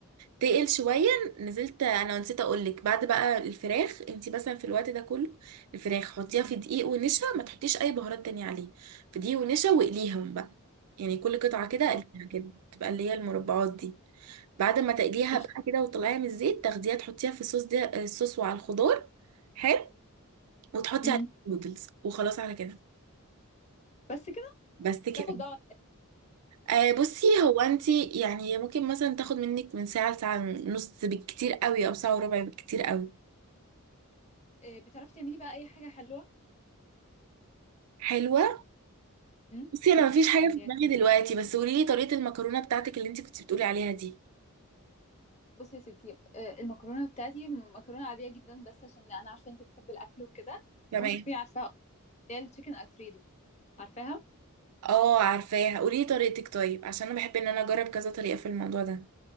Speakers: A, on the right (about 80°); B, on the left (about 30°).
A: تقل شوية نزلت انا نسيت اقولك بعد بقى الفراخ انتي مثلا في الوقت ده كله الفراخ حطيها في دقيق ونشا ما تحطيش اي بهارات تانية عليه في دقيق ونشا واقليهم بقى يعني كل قطعة كده
B: اه
A: قليها كده تبقى اللي هي المربعات دي بعد ما تقليها
B: قشطة
A: بقى كده وتطلعيها من الزيت تاخديها تحطيها في الصوص ده آه، الصوص وعلى الخضار حلو وتحطي
B: امم
A: عليه النودلز وخلاص على كده
B: بس كده
A: بس كده
B: بتاخد بقى
A: آه بصي
B: وقتك
A: هو انتي يعني ممكن مثلا تاخد منك من ساعة لساعة ونص بالكتير قوي او ساعة وربع بالكتير قوي
B: آه، بتعرفي تعملي بقى اي حاجة حلوة
A: حلوة
B: امم
A: بصي انا مفيش
B: حلويات
A: حاجه في دماغي دلوقتي بس قولي لي طريقه المكرونه بتاعتك اللي انت كنت بتقولي عليها دي
B: بصي يا ستي آه، المكرونة بتاعتي مكرونة عادية جدا بس عشان انا عارفة انت بتحبي الاكل وكده
A: تمام
B: فممكن تكوني عارفاها اللي هي التشيكن الفريدو عارفاها
A: اه عارفاها قولي لي طريقتك طيب عشان انا بحب ان انا اجرب كذا طريقه في الموضوع ده